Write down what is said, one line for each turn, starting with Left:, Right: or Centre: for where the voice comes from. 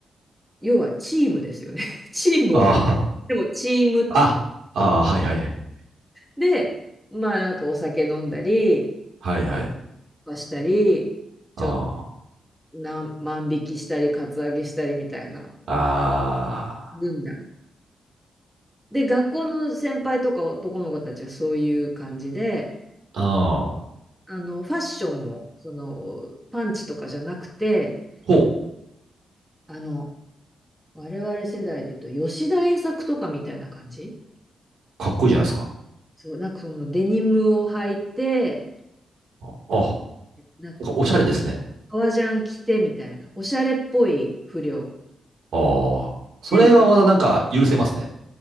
Centre: 要はチームですよね。<laughs> チームを、
Right: あ、
Centre: でもチームって
Right: あ、あ、はいはいはい。
Centre: で、まあなんかお酒飲んだり、
Right: はいはい。
Centre: したり、ちょっと
Right: あ
Centre: 何万引きしたり、カツアゲしたりみたいな
Right: あ、
Centre: 軍団。
Right: あ
Centre: で、学校の先輩とか男の子たちはそういう感じで、
Right: あ、ああ、
Centre: あの、ファッションも、その、パンチとかじゃなくて、
Right: ほう、
Centre: あの、我々世代で言うと、吉田栄作とかみたいな感じ
Right: かっこいいじゃないですか。
Centre: そう、なんかそのデニムを履いて、
Right: ああ、
Centre: なんか
Right: おしゃれですね。
Centre: 革ジャン着てみたいな、おしゃれっぽい不良。
Right: ああ。それはまだなんか許せますね。
Centre: でも、